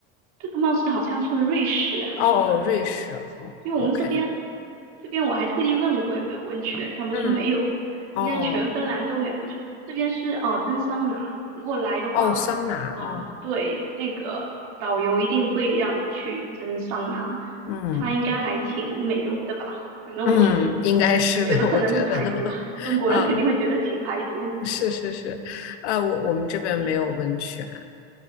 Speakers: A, on the right (about 55°); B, on the left (about 80°).
A: 这个貌似好像是瑞士还是哪里？
B: 哦哦，瑞士哦，OK，
A: 因为我们这边这边我还特地问过有没有温泉，他们说没有，
B: 嗯，哦
A: 应该全芬兰都没有温泉。这边是哦蒸桑拿，如果来的话，
B: 哦，桑拿哦，
A: 嗯、对，那个导游一定会让你去蒸桑拿，
B: 嗯。
A: 它应该还挺美容的吧？反正我觉得，
B: 嗯，应该是的，
A: 我觉得可能是排毒吧，
B: 我觉得，<laughs>
A: 中国人肯定会觉得挺排毒。
B: 啊，是是是，呃，我我们这边没有温泉，
A: 嗯